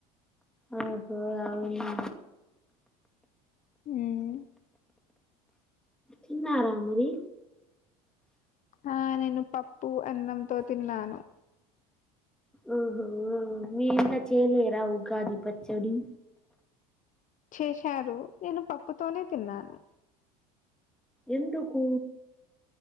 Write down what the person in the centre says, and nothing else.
ఓహో అవునా
తిన్నారా మరి
ఓహోఓ మీ ఇంట్లో చేయలేరా ఉగాది పచ్చడి
ఎందుకు